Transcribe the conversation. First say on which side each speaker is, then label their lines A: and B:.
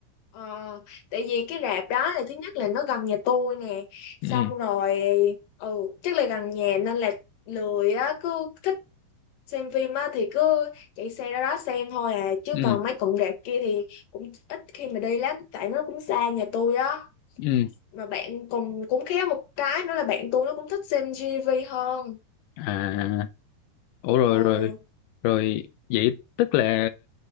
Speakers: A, on the left; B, on the left.
A: Ờ, tại vì cái rạp đó là thứ nhất là nó gần nhà tôi nè
B: ừ
A: xong rồi ừ chắc là gần nhà nên là lười á cứ thích xem phim á thì cứ chạy xe ra đó xem thôi à chứ
B: ừ
A: còn mấy cụm rạp kia thì cũng ít khi mà đi lắm tại nó cũng xa nhà tôi á
B: ừ
A: mà bạn cùng cũng khéo một cái nữa là bạn tôi nó cũng thích xem GV hơn
B: à ủa rồi
A: ừ
B: rồi rồi vậy tức là